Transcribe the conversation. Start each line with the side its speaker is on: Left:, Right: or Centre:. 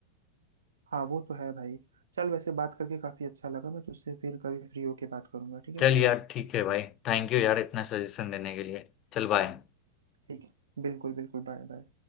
Right: हाँ वो तो है भाई चल वैसे बात करके काफी अच्छा लगा मैं तुझसे फिर कभी फ्री होके बात करूंगा ठीक है
Left: चल यार ठीक है भाई थैंक यू यार इतना सजेशन देने के लिए चल बाय
Right: ठीक है बिल्कुल बिल्कुल Bye bye